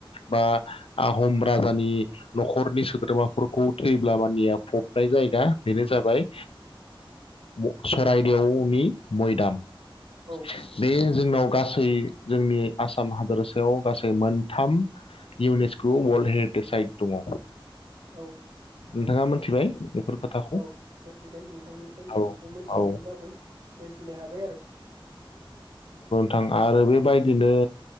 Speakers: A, on the left; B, on the right.
A: बा आहम राजानि नखरनि सोद्रोमाफोर <unintelligible> थैब्ला मानिया फबनाय जायो। दा बेनो जाबाय <unintelligible> यावनि मैदाम बे
B: औ
A: जोंनाव। गासै जोंनि आसाम हादरसा बेयाव गासै मोनथाम इउनेस्क
B: औ
A: वाल्ड हेरिटेज साइट दङ
B: औ
A: नोंथाङा मोन थिबाय बेफोर खोथाखौ
B: औ मोनथिबाय नोंथांनिफ्राय
A: औ
B: मोनथियामोनबाबो
A: औ
B: मोनथिनो हाबाय आरो
A: थां आरो बेबायदिनो